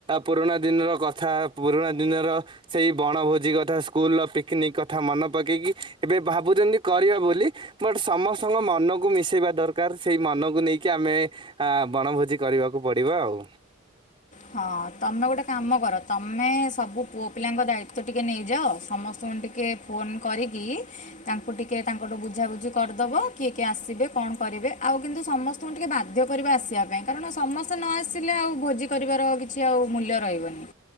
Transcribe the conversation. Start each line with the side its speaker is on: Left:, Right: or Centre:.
Right: ପୁରୁଣା ଦିନର କଥା ପୁରୁଣା ଦିନର ସେଇ ବଣଭୋଜି କଥା ସ୍କୁଲର ପିକନିକ କଥା ମନେ ପକେଇକି ଏବେ ଭାବୁଛନ୍ତି କରିବା ବୋଲି ବଟ ସମସ୍ତଙ୍କ ମନକୁ କୁ ମିଶେଇବା ଦରକାର ସେଇ ମନକୁ ନେଇକି ଆମେ ଆ ବଣଭୋଜି କରିବାକୁ ପଡିବ ଆଉ।
Left: ହଁ ତମେ ଗୋଟେ କାମ କର ତମେ ସବୁ ପୁଅ ପିଲାଙ୍କ ଦାୟିତ୍ଵ ଟିକେ ନେଇଯାଅ ସମସ୍ତଙ୍କୁ ଟିକେ ଫୋନ୍ କରିକି ତାଙ୍କୁ ଟିକେ ତାଙ୍କଠୁ ବୁଝାବୁଝି କରିଦବ କିଏ କିଏ ଆସିବେ କଣ କରିବେ ଆଉ କିନ୍ତୁ ସମସ୍ତେ ଙ୍କୁ ଟିକେ ବାଧ୍ୟ କରିବ ଆସିବା ପାଇଁ କାରଣ ସମସ୍ତେ ନ ଆସିଲେ ଆଉ ଭୋଜି କରିବାର କିଛି ଆଉ ମୂଲ୍ୟ ରହିବନି।